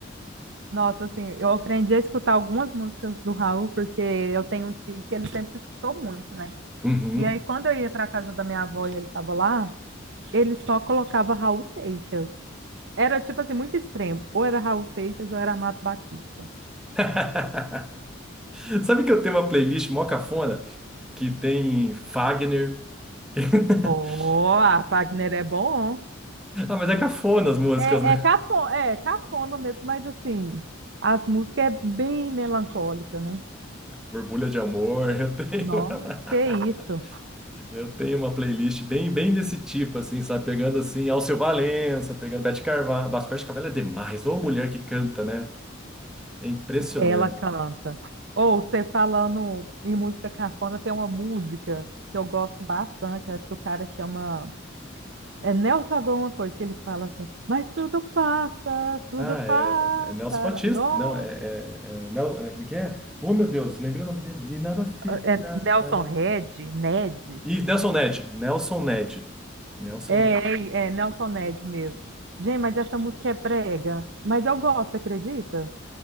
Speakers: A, on the right; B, in the centre.
A: Nossa, assim, eu aprendi a escutar algumas músicas do Raul, porque eu tenho um tio que ele sempre escutou muito, né?
B: Uhum.
A: E aí, quando eu ia para casa da minha avó e ele estava lá, ele só colocava Raul Seixas. Era, tipo assim, muito extremo. Ou era Raul Seixas ou era Amado Batista.
B: <laughs> Sabe que eu tenho uma playlist mó cafona que tem Fagner. <laughs>
A: Oh, a Wagner é bom.
B: Ah, mas é cafona as músicas,
A: É,
B: né?
A: é, cafona, é cafona mesmo, mas assim, as músicas é bem melancólica, né?
B: Borbulha de Amor. <laughs> Eu tenho
A: Nossa,
B: uma,
A: que isso.
B: <laughs> eu tenho uma playlist bem, bem desse tipo, assim, sabe? Pegando assim Alceu Valença, pegando Beth Carvalho. Nossa, Beth Carvalho é demais. Ou mulher que canta, né? É impressionante.
A: Ela canta. Ou você falando em música cafona, tem uma música que eu gosto bastante. Acho que o cara chama. É Nelson alguma coisa que ele fala assim, mas tudo passa, tudo
B: Ah,
A: passa.
B: é, é Nelson Batista.
A: Nossa,
B: Não, é, é, é, Nel- é, como é que é? Oh, meu Deus, lembrei o nome dele. E nada fica,
A: é Nelson
B: nada.
A: Red,
B: fi-
A: Ned.
B: E Nelson Ned. Nelson Ned. Nelson
A: É,
B: Ned.
A: é, é Nelson Ned mesmo. Gente, mas essa música é brega. Mas eu gosto, acredita?